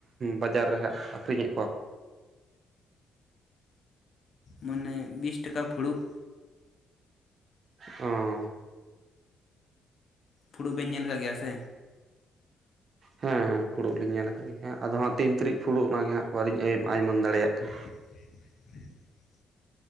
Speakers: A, on the right; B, on the left.
A: ᱵᱟᱡᱟᱨ ᱨᱮ ᱦᱟᱜ ᱟᱹᱠᱷᱨᱤᱧᱮᱫ ᱠᱚᱣᱟ ᱠᱚ?
B: ᱢᱟᱱᱮ ᱵᱤᱥ ᱴᱟᱠᱟ ᱯᱷᱩᱲᱩᱜ᱾
A: ᱚ,
B: ᱯᱷᱩᱲᱩᱜ ᱵᱮᱱ ᱧᱮᱞ ᱠᱟᱜ ᱜᱮᱭᱟ ᱥᱮ?
A: ᱦᱮᱸ ᱦᱮᱸ ᱯᱷᱩᱲᱩᱜ ᱞᱤᱧ ᱧᱮᱞ ᱠᱟᱫ ᱜᱮᱭᱟ, ᱦᱮᱸ ᱟᱫᱚ ᱦᱟᱸᱜ ᱛᱤᱱ ᱛᱩᱨᱤᱡ ᱯᱷᱩᱲᱩᱜ ᱚᱱᱟ ᱜᱮ ᱦᱟᱸᱜ ᱵᱟ. ᱞᱤᱧ ᱟᱭᱩᱢᱟᱹᱱ ᱫᱟᱲᱮᱭᱟᱜ ᱠᱟᱱᱟ᱾
B: ᱵᱟ. ᱧ ᱫᱟᱲᱟᱭᱟᱜ ᱛᱟᱦᱮᱫ <inaudible> <unintelligible>